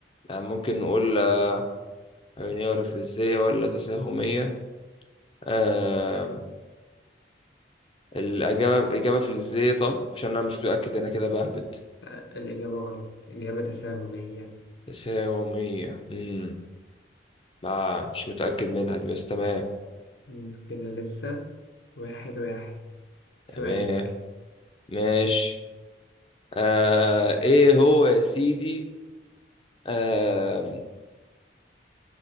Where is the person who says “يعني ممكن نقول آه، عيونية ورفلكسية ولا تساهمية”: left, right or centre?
Left